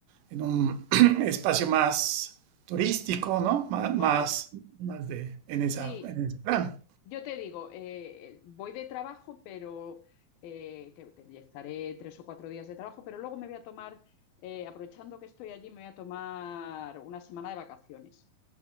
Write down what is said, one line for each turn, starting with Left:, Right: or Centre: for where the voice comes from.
Right: en un <clears throat> espacio más turístico, ¿no? Má-
Left: Bueno,
Right: Más, más,
Left: mm,
Right: de, en, esa,
Left: sí,
Right: en ese plan.
Left: Yo te digo, eh, voy de trabajo, pero eh, que, que estaré tres o cuatro días de trabajo, pero luego me voy a tomar, eh, aprovechando que estoy allí, me voy a tomar una semana de vacaciones.